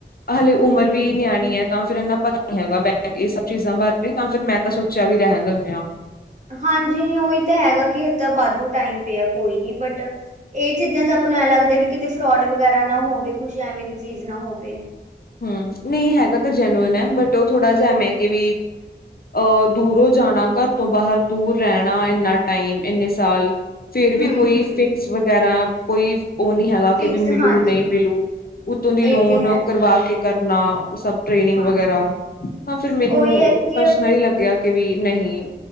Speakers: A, on the left; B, on the right.
A: ਹਾਲੇ ਉਮਰ
B: ਸਹੀ
A: ਵੀ ਨਿਆਣੀ
B: ਆ
A: ਹੈ ਤਾਂ ਫੇਿਰ ਪਤਾ ਨਹੀਂੀ ਹੈਗਾ ਬੈ ਇਹ ਸਭ <unintelligible> ਚੀਜ਼ਾਂ ਬਾਰੇ ਜਾਂ ਫਿਰ ਮੈਂ ਤਾਂ ਸੋਚਿਆ ਵੀ ਰਹਿਣ ਦਿੰਦੇ ਹਾਂ <unintelligible>
B: ਹਾਂਜੀ ਉਹੀ ਤਾਂ ਹੈਗਾ ਕਿ ਤਾਂ ਵਾਧੂ ਟਾਈਮ ਪਿਆ ਕੋਈ ਨੀ ਬਟ ਇਹ ਚੀਜ਼ਾਂ ਚ, ਆਪੂੰ ਨੂੰ ਐ ਲੱਗਦਾ ਵੀ ਕਿਤੇ ਫਰੋਡ ਵੇਗ ਵਗੈਰਾ ਨਾ ਹੋਵੇ ਕੁੱਛ ਐਵੇਂ ਦੀ ਚੀਜ਼ ਨਾ ਹੋਵੇ
A: ਹੂੰ ਨਹੀਂ ਹੈਗਾ ਤਾਂ ਜੈਨੂਅਨ ਹੈ ਬਟ ਉਹ ਥੋੜ੍ਹਾ ਜਿਹਾ ਮੈਂ ਕਿ ਵੀ ਅਹ ਦੂਰੋਂ ਜਾਣਾ ਘਰ ਤੋਂ ਬਾਹਰ ਦੂਰ ਰਹਿਣਾ ਇੰਨਾ ਟਾਈਮ ਇੰਨੇ ਸਾਲ ਫਿਰ ਵੀ
B: ਹੂੰ
A: ਕੋਈ
B: ਹੂੰ
A: ਫਿਕਸ ਵਗੈਰਾ ਕੋਈ ਉਹ ਨੀ ਹੈਗਾ
B: ਫਿਕਸ
A: ਕਿ ਵੀ ਮਿਲੂ
B: ਹਾਂਜੀ
A: ਨਹੀਂ ਮਿਲੂ
B: ਹਾਂ
A: ਉੱਤੋਂ ਦੀ ਲੋਨ
B: ਇਹ ਤੇ ਹੈਗਾ
A: ਆ ਕੇ ਕਰਨਾ ਉਹ ਸਭ ਟ੍ਰੇਨਿੰਗ
B: ਹਾਂਜੀ
A: ਵਗੈਰਾ ਤਾਂ ਫਿਰ ਮੈਨੂੰ
B: ਉਹੀ ਹੈ ਕਿ
A: ਪਰਸਨਲੀ ਲੱਗਿਆ ਕਿ ਵੀ ਨਹੀਂ